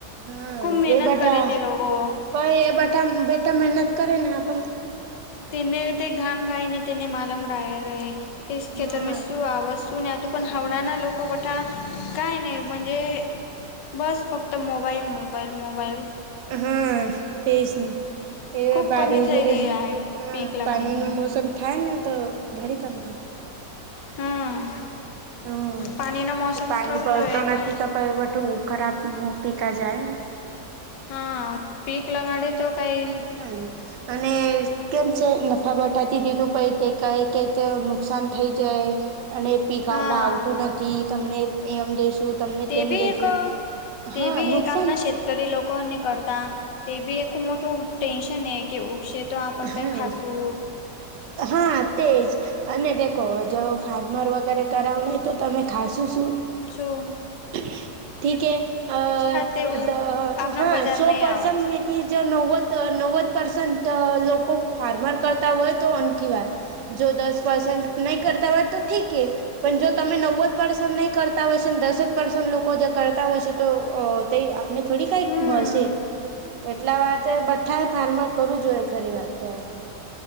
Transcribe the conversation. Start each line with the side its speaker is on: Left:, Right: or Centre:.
Right: હા
Left: ખૂબ મહેનત
Right: એ બટા
Left: કરે તે લોકો
Right: પણ એ બટા બેટા મહેનત કરે ને આપ
Left: તેને તે ઘામ ઘાાઈ ને તેને માલમ રાાય રહે કે ખેતર
Right: હા
Left: શું આવાજ શું ને તોું પણ હાવડાના લોકોકવઠા કઈ નહીજે બસ ફક્ત તો મોબાઈલ મોબાઈલ મોબાઈલ
Right: હા તેજ ના એ
Left: ખુબ
Right: બારીિશ
Left: કમી થઈ
Right: બરશ
Left: ગઈ આ
Right: હા
Left: પીક લગાવવામાં
Right: પાણી ન મોસમ થાય ને તો ભારી કામ થ
Left: હા
Right: હમ
Left: પાણીનો મોસમ
Right: એ પાણી
Left: થવું
Right: પડતો
Left: જોઈએ
Right: નથી
Left: પાણી
Right: ક પ બઠવું ખરાબ પીકા જાય ને
Left: હા પીક લગાડ તો કઈ
Right: હા અને કેમ છે નફા બટાતી દીધું પ તે કહે કે તે નુકસાન થઈ જાય અને પીકાવળા
Left: હા
Right: આવતું નથી તમને એમ દેશું તમને
Left: તે
Right: તેમ
Left: બી
Right: દેશું
Left: એક તે
Right: હા
Left: બી
Right: નુકસાન
Left: એક આપના શેકરી લોકોની કરતા તે બી એક મોટું ટેન્શન એ કે ઉકશે તો આપ
Right: હા
Left: કઈ ખાસું
Right: હા તેજ અને દેખો જો ફાર્મર વગેરે કરાવ નં તો તમે ખાસું શું
Left: છું
Right: ઠીક હે અ
Left: તે
Right: દ
Left: આપણા
Right: હા
Left: બજારમાં
Right: સો પરસન્ટ
Left: આવે છે.
Right: મેથી જો નવવદ નવદ પ્રસન્ટ લોકો ફાર્મર કરતા હોય તો <unintelligible> વાત જો દસ પર્સન્ટ ન કરતા હોય તો ઠીક એ પણ જો તમે નવ પસ નહી કરતા હોય છેને દસ જ પર્સ લોકો જે કરતા હોય છે તો તે આપને થોડી કંઈક
Left: હમ
Right: મળશે એટલા વાત બઠાએ ફાર્મર કરું જોઈએ ખરી વાત તાર તો